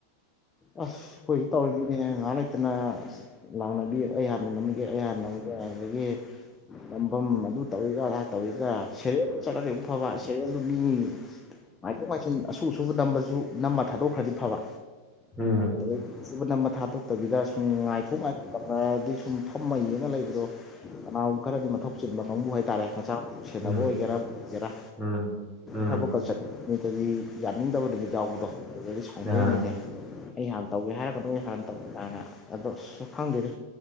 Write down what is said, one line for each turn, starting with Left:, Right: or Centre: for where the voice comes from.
Left: ꯑꯁ ꯑꯩꯈꯣꯏꯁꯨ ꯇꯧꯔꯤꯗꯨꯅꯦ ꯉꯥꯏꯍꯥꯛ ꯂꯩꯇꯅ ꯂꯥꯎꯅꯕꯤ꯫ ꯑꯩ ꯍꯥꯟꯅ ꯅꯝꯒꯦ ꯑꯩ ꯍꯥꯟꯅ ꯅꯝꯒꯦ ꯑꯗꯒꯤ ꯅꯝꯕꯝ ꯑꯗꯨ ꯇꯧꯋꯤꯒ ꯑꯗ ꯇꯧꯋꯤꯒ ꯁꯦꯔꯦꯜꯗ ꯆꯠꯂꯗꯤ ꯑꯃꯨꯛ ꯐꯕ ꯁꯦꯔꯦꯜꯖꯨ ꯃꯤ ꯉꯥꯏꯊꯣꯛ ꯉꯥꯏꯁꯤꯟ ꯑꯁꯨ ꯗꯨꯕꯨ ꯅꯝꯕꯁꯨ ꯅꯝꯃ ꯊꯥꯗꯣꯛꯈ꯭ꯔꯗꯤ ꯐꯕ꯫
Centre: ꯎꯝ
Left: ꯑꯗꯩ ꯁꯠ ꯅꯝꯃ ꯊꯥꯗꯣꯛꯇꯕꯤꯗ ꯁꯨꯝ ꯉꯥꯏꯊꯣꯛ ꯉꯥꯏꯁꯤꯟ ꯇꯧꯅꯔꯗꯤ ꯁꯨꯝ ꯐꯝꯃ ꯌꯦꯡꯉ ꯂꯩꯕꯗꯣ ꯀꯅꯥꯒꯨꯝꯕ ꯈꯔꯗꯤ ꯃꯊꯧ ꯆꯤꯟꯕ ꯀꯥꯡꯕꯨ ꯍꯥꯏꯇꯥꯔꯦ ꯃꯆꯥꯥ ꯃꯁꯨ ꯁꯦꯟꯅꯕ
Centre: ꯎꯝ
Left: ꯑꯣꯏꯒꯦꯔꯥ ꯑꯃꯕꯨ ꯑꯣꯢꯒꯦꯔꯥ
Centre: ꯎꯝ ꯎꯝ
Left: ꯊꯕꯛ ꯀ ꯆꯠ ꯅꯨꯃꯤꯠꯇꯗꯤ ꯌꯥꯅꯤꯡꯗꯕ ꯅꯨꯃꯤꯠ ꯌꯥꯎꯕꯗꯣ ꯑꯗꯨꯗꯤ ꯁꯥꯎꯅꯩꯅꯤꯅꯦ
Centre: ꯑꯥ
Left: ꯑꯩ ꯍꯥꯟꯅ ꯇꯧꯒꯦ ꯍꯥꯢꯔꯒ ꯅꯣꯢ ꯍꯥꯟꯅ ꯀꯅ ꯑꯗꯣ ꯑꯁ ꯈꯪꯗꯦꯗ